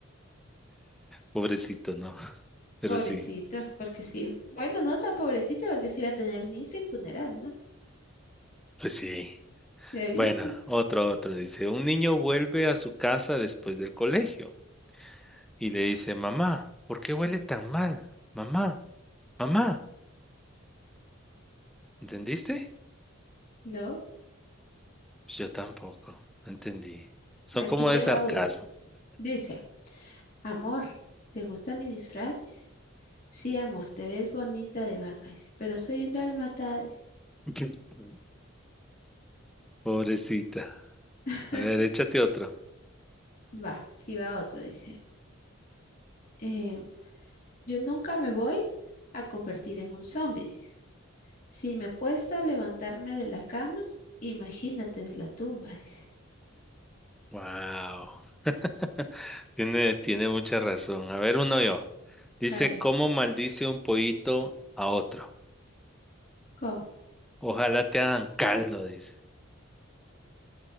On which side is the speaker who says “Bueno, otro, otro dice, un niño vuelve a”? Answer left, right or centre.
Centre